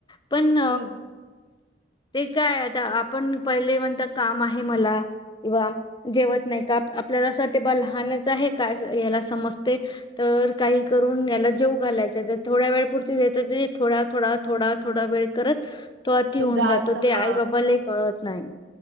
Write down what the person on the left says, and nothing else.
पण
ते काय आता आपण पहिले म्हणतं काम आहे मला किंवा जेवत नाही का आप-आपल्याला असं वाटतंय बा लहानच आहे काय हेला समजतंय तर तर काही करुन ह्याला जेवू घालायचं तर थोड्या वेळा पुर <unintelligible> थोडा- थोडा -थोडा- थोडा वेळ करत तो अति
होऊन जातो
ते
आई बाबालाही कळत नाही